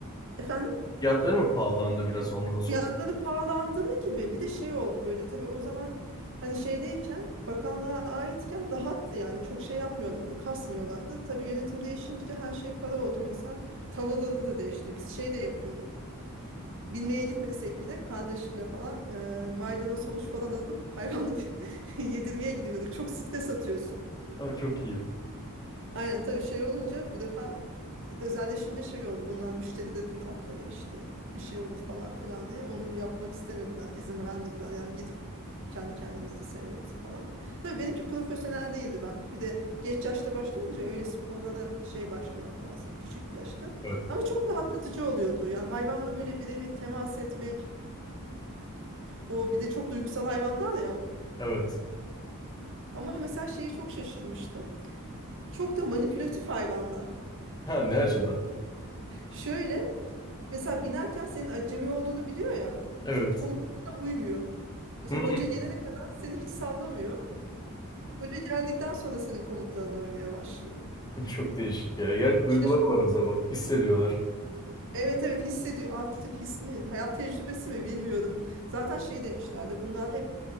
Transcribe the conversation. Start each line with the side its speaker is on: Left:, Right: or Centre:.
Right: Efendim
Left: Fiyatları mı pahalandı biraz ondan sonra?
Right: fiyatları pahalandığı gibi bir de şey oldu böyle tabii o zaman hani şeydeyken bakanlığa aitken rahattı yani çok şey yapmıyorlardı kasmıyorlardı. Tabii yönetim değişince her şey para oldu mesela tavırları da değişti biz şey de yapıyorduk. Bilmeye gitmesek bile kardeşimle falan e, maydanoz havuç falan alıp hayvanı <laughs> yedirmeye gidiyorduk. Çok stres atıyorsun.
Left: Ama çok iyi.
Right: Aynen tabii şey olunca bu defa özelleşince şey oldu. Bunlar müşterilerin atladı işte bir şey olur falan filan diye. Onu yapmak istemediler, izin vermediler. Yani gidip kendi kendimizi sevmemizi falan. Tabii benimki profesyonel değildi ben. Bir de geç yaşta başlayınca öyle sporlara şey başlamak lazım küçük yaşta.
Left: Evet.
Right: Ama çok rahatlatıcı oluyordu. Yani hayvanla böyle birebir temas etmek, O bir de çok duygusal hayvanlar ya.
Left: Evet.
Right: Ama mesela şeyi çok şaşırmıştım. Çok da manipülatif hayvanlar.
Left: Ha ne açıdan?
Right: Şöyle mesela binerken senin acemi olduğunu biliyor ya.
Left: Evet.
Right: Komutlarına uymuyor. Mesela
Left: Hmm,
Right: hoca gelene kadar seni hiç sallamıyor. Hoca geldikten sonra senin komutlarına uymaya başlıyor.
Left: <laughs> Çok değişik ya. Yani duygular
Right: Şaşırtıcı
Left: var o zaman. Hissediyorlar.
Right: Evet evet hissediyor artık his mi hayat tecrübesi mi bilmiyorum. Zaten şey demişlerdi bunlar hep